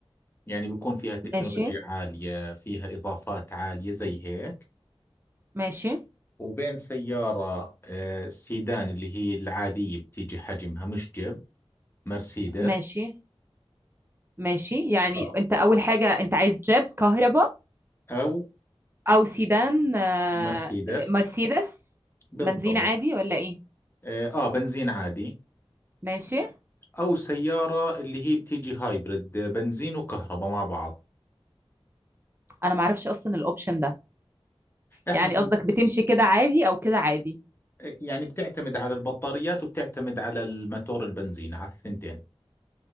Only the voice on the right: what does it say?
ماشي
ماشي
ماشي ماشي يعني
انت اول حاجة انت عايز جيب كهرباء
او سيدان آه،
مرسيدس
بنزين عادي ولا ايه
ماشي
انا معرفش اصلا الاوبشن ده
يعني
قصدك بتمشي كده عادي او كده عادي